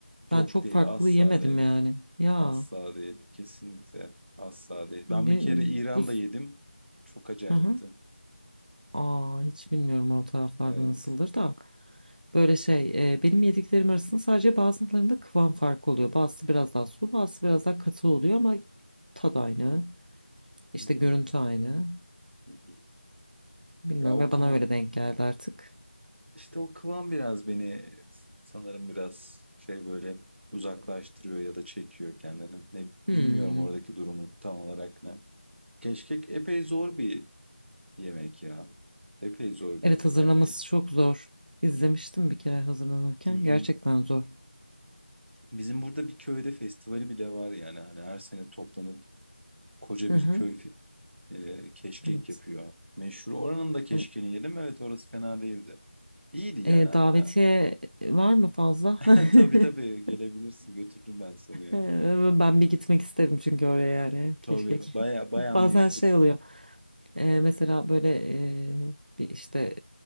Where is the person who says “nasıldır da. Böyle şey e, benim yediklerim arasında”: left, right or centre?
Right